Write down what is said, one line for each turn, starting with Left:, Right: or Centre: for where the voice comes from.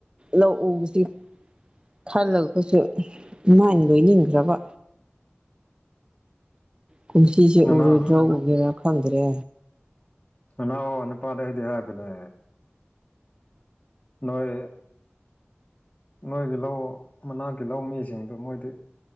Right: ꯂꯧ ꯎꯕꯁꯤ ꯈꯜꯂꯒꯁꯨ ꯗꯨꯃꯥꯏ ꯂꯣꯏꯅꯤꯡꯗ꯭ꯔꯕ ꯀꯨꯝꯁꯤꯁꯦ
Left: ꯅꯅꯥꯎ
Right: ꯎꯔꯣꯏꯗ꯭ꯔꯣ ꯎꯒꯦꯔꯥ ꯈꯪꯗ꯭ꯔꯦ
Left: ꯅꯅꯥꯎ ꯅꯨꯄꯥꯗ ꯑꯩꯗꯤ ꯍꯥꯏꯕꯅꯦ ꯅꯣꯏ ꯅꯣꯏꯒꯤ ꯂꯧ ꯃꯅꯥꯛꯀꯤ ꯂꯧꯃꯤꯁꯤꯡꯗꯨ ꯃꯣꯏꯗꯤ